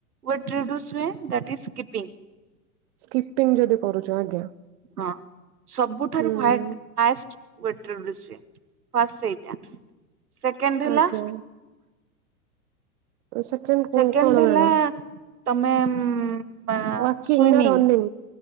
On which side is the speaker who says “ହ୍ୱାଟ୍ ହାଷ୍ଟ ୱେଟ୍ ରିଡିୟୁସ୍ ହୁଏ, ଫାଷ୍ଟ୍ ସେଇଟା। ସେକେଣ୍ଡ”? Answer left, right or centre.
Right